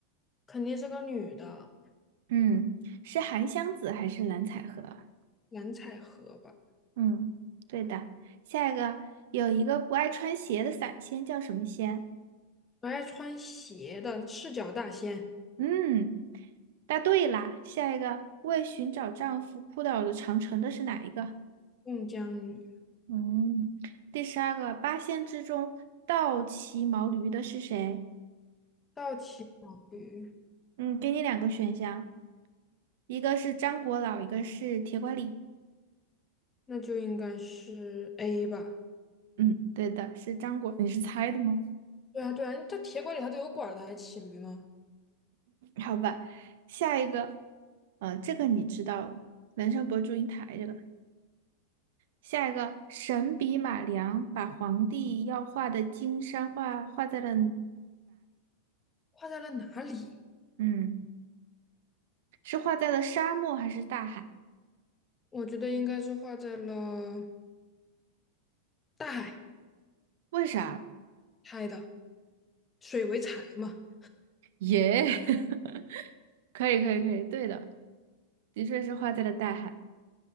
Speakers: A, on the left; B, on the right.
A: 肯定是个女的，
B: 嗯，是韩湘子还是蓝采和啊？
A: 蓝采和吧？
B: 嗯，对的。下一个有一个不爱穿鞋的散仙叫什么仙？
A: 还穿鞋的赤脚大仙，
B: 嗯，答对啦。下一个为寻找丈夫哭倒了长城的是哪一个？
A: 孟姜女，
B: 嗯，第十二个八仙之中倒骑毛驴的是谁？
A: 倒骑毛驴，
B: 嗯，给你两个选项，一个是张果老，一个是铁拐李。
A: 那就应该是 A 吧？
B: 嗯，对的，是张果。你是猜的吗？
A: 对啊对啊，他铁拐李他都有拐了，他还骑驴吗？
B: 好吧，下一个，呃，这个你知道了，人生博祝英台这个。下一个，神笔马良把皇帝要画的金山画画在了，
A: 画在了哪里？
B: 嗯，是画在了沙漠还是大海？
A: 我觉得应该是画在了大海，
B: 为啥？
A: 猜的，水为财嘛。
B: 耶、<laughs> 可以可以可以，对的，的确是画在了大海。